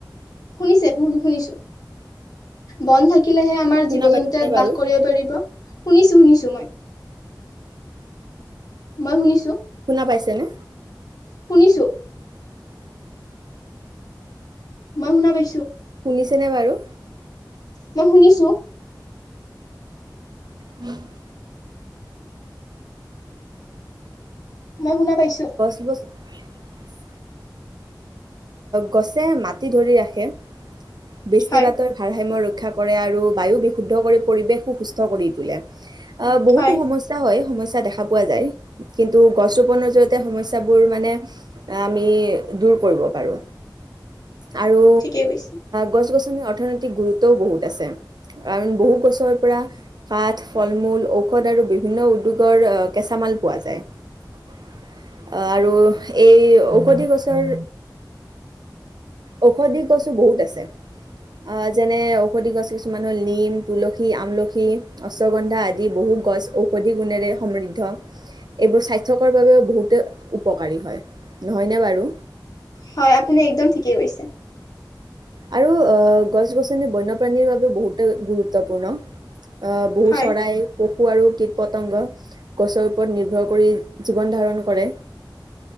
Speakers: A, on the left; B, on the right.
A: শুনিছে শুনিছো বন্ধ থাকি, থাকিলেহে আমাৰ
B: শুনা
A: জীৱ যো
B: পাইছেনে
A: জন্তুয়ে ইয়াত
B: বাৰু?
A: বাস কৰিব পাৰিব শুনিছো শুনিছো মই, মই শুনিছো,
B: শুনা পাইছেনে?
A: শুনিছো। মই শুনা পাইছো,
B: শুনিছেনে বাৰু?
A: মই শুনিছো।
B: উম।
A: মই শুনা, পাইছো
B: বছ বছ উ <unintelligible> গছে মাটি ধৰি ৰাখে বৃষ্টিপাতৰ
A: হয়
B: ভাৰসাম্য ৰক্ষা ৰক্ষা কৰে আৰু বায়ু বিশুদ্ধ কৰি পৰিবেশো সুস্থ কৰি তোলে। অ বহুতো
A: হয়
B: সমস্যা হয় সমস্যা। দেখা পোৱা যায় কিন্তু গছ ৰোপনৰ জৰিয়তে সমস্যাবোৰ মানে আমি দুৰ্ব কৰিব পাৰোঁ। আৰু
A: ঠিকেই কৈছে
B: গছ -গছ অৰ্থনৈতিক গুৰুত্বও বহুত আছে। কাৰণ বহু বছৰৰ পৰা কাঠ ফল মূল ঔষধ আৰু বিভিন্ন উদ্যোগৰ আহ কেঁচা মাল পোৱা যায়। অ'হ আৰু এই ঔষধি গছৰ ঔষধি গছো বহুত আছে আহ যেনে ঔষধি গছ কিছুমান হল নিম, তুলসী, আমলখি, অশ্বগন্ধা আদি বহু গছ ঔষধি গুণেৰে সমৃদ্ধ এইবোৰ স্বাস্থ্যকৰ বাবেও বহুতে উপকাৰী হয়। নহয়নে বাৰু?
A: হয়, আপুনি একদম ঠিকেই কৈছে।
B: আৰু অ ' গছ- গছনি বন্যপ্ৰাণীৰ বাবে বহুতে গুৰুত্বপূৰ্ণ। অ বহু
A: হয়
B: চৰাই পশু আৰু কীট-পতংগ গছৰ ওপৰত নিৰ্ভৰ কৰি জীৱন ধাৰণ কৰে